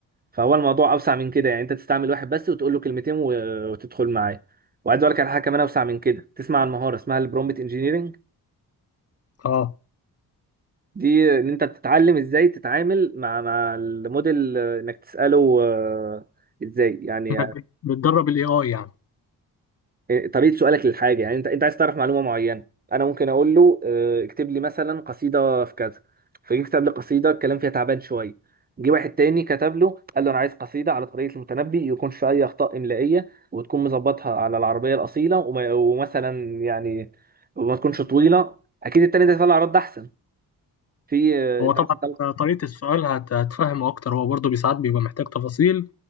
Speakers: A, on the right; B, on the left.
A: فهو الموضوع اوسع من كده يعني انت تستعمل واحد بس وتقول له كلمتين و... وتدخل معاه وعايز اقول لك على حاجه كمان اوسع من كده تسمع عن مهاره اسمها البرومبت انجينيرنج
B: اه
A: دي ان انت بتتعلم ازاي تتعامل مع مع الموديل آه، انك تساله آه، ازاي يعني
B: انك بت- بتدرب الاي اي يعني
A: آه، طريقه سؤالك للحاجه يعني انت انت عايز تعرف معلومه معينه انا ممكن اقول له آه، اكتب لي مثلا قصيده في كذا فجه كتب لي قصيده الكلام فيها تعبان شويه جه واحد تاني كتب له قال له انا عايز قصيده على طريقه المتنبي يكون فيها اي اخطاء املائيه وتكون مظبطها على العربيه الاصيله وما- ومثلا يعني وما تكونش طويله اكيد التاني ده يطلع رد احسن في آه،
B: هو
A: انت
B: طبعا
A: مثلا
B: انت طريقة السؤال هت- هتفهمه اكتر هو برضو بيساعد بيبقى محتاج تفاصيل